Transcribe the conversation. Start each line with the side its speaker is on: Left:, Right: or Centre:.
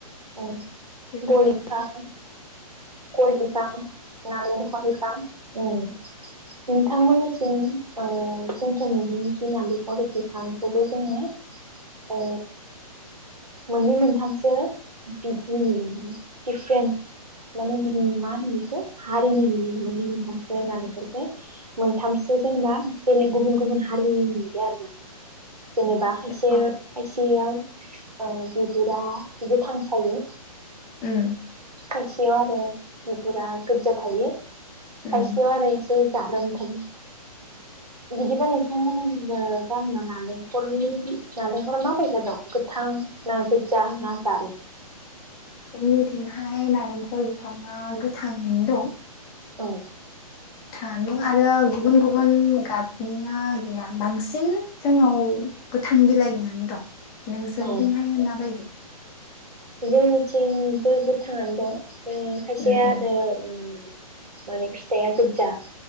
Right: औ
Left: बेफोरबायदि
Right: गय बिफां गय बिफां नालेंखल बिफां ओं नोंथांमोननि थिं ओ जोंथ नुयो नालेंखरि बिफांखौबो जोङो ओ मोननै मोनथामसो बिदि <unintelligible> माने बिदि मा होनो बेखौ हारिनि मोननै मोनथामसो नालेंखरखो मोनथामसो जेनेबा बेलेग गुबुन गुबुन हारिनि नुयो आरो ना। जेनेबा खायसे
Left: अ
Right: खायसेयाव ओ बिगुरा गोथां थायो।
Left: उम्म।
Right: खायसे याव आरो बिगुरा गोदजा थायो। खायसेयाव
Left: उम
Right: आरो एसे जारोम थायो। बिदिबा नोंथांमोननिथिंबो गामियाव नालेंखरनि नालेंखरा माबायदि दं गोथां ना गोजा ना जारें?
Left: जोंनिथिंहाय नारेंखल बिफाङा गोथाङैनो दं।
Right: औ।
Left: था नों आरो गुबुन गुबुन गाबनिया गैया बांसिन जोंनाव गोथां बिलाइनियानो दं। नों सोरथिंहाय
Right: औ
Left: मा बायदि?
Right: जोंनिथिंबो गोथांङानो दं। उम्म खायसेया
Left: उम
Right: आरो
Left: उम
Right: उम्म माने फिथाइआ गोदजा